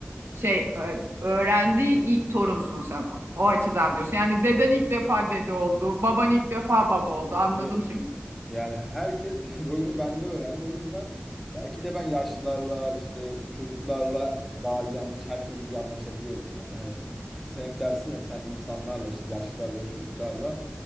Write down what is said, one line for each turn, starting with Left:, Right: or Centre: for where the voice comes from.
Right: şey e, öğrendiği ilk torunsun sen. O, o açıdan diyorsun. Yani deden ilk defa dede oldu, baban ilk defa baba oldu. Anladım
Centre: evet.
Right: şimdi.
Centre: Yani herkes <laughs> rolünü bende öğrendi. O yüzden belki de ben yaşlılarla işte çocuklarla daha iyi anlaş, herkese iyi anlaşabiliyorum yani. Hani sen hep dersin ya sen insanlarla işte yaşlılarla ve çocuklarla